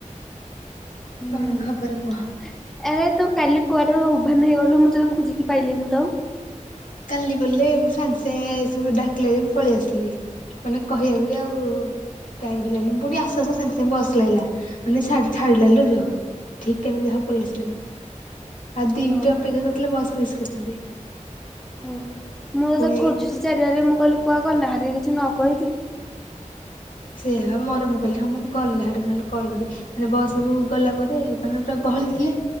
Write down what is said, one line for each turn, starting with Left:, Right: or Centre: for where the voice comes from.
Centre: ହୁଁ
Left: କଣ ଖବର କୁହ?
Centre: ଏ ତୁ କାଲି କୁଆଡେ ଉଭାନ ହେଇଗଲୁ। ମୁଁ ତତେ ଖୋଜିକି ପାଇଲିନି ତ।
Left: କାଲି ବଲେ ମୁଁ ସାଙ୍ଗେ ସାଙ୍ଗେ ସବୁ ଡାକିଲା ଯେ ମୁଁ ପଳେଇ ଆସିଲି। ମାନେ କହିବାକୁ ବି ଆଉ ଟାଇମ୍ ହେଲାନି। ପୁଣି ଆସୁ ଆସୁ ସାଙ୍ଗେ ସାଙ୍ଗେ ବସ୍ ଲାଗିଲା। ମାନେ ଛା ଛାଡିଲାନିଲ ଝିଅ। ଠିକ୍ ତାଇମ୍ ଯାହା ପଳି ଆସିଲି ମୁଁ। ଆଉ ଦି
Centre: ହଁ।
Left: ମିନିଟ୍ ଅପେକ୍ଷା କରିଥିଲେ ବସ୍ ମିସ୍ କରିଥାନ୍ତି।
Centre: ହଁ। ମୁଁ ତୋତେ
Left: ପୁଣି ଯାଇକି
Centre: ଖୋଜୁଛି ଚାରିଆଡେ। ମୁଁ କହିଲି କୁଆ ଗଲାହାରି କିଛି ନ କହିକି।
Left: ସେଇଆ ମରମ କଲେ। ହଁ ମୁଁ ଗଲା ଦିନ କଲ କଲି ମାନେ ବସ କୁ ଗଲା ପରେ ମାନେ ପୁରା ପହଳି ଥିଲେ।